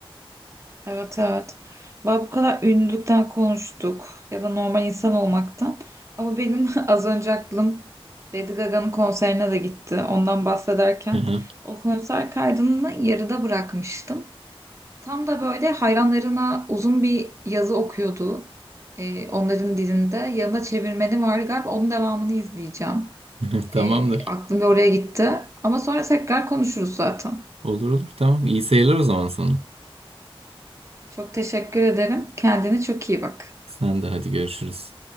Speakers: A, on the right; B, on the right.
A: Evet evet. Valla bu kadar ünlülükten konuştuk ya da normal insan olmaktan. Ama benim <laughs> az önce aklım Lady Gaga'nın konserine de gitti. Ondan bahsederken
B: <laughs>
A: o konser kaydını yarıda bırakmıştım. Tam da böyle hayranlarına uzun bir yazı okuyordu. Ee, onların dilinde. Yanına çevirmeni var galiba. Onun devamını izleyeceğim.
B: <laughs> Tamamdır.
A: Ee, aklım bir oraya gitti. Ama sonra tekrar konuşuruz zaten.
B: Olur olur tamam. İyi seyirler o zaman sana.
A: Çok teşekkür ederim. Kendine çok iyi bak.
B: Sen de hadi görüşürüz.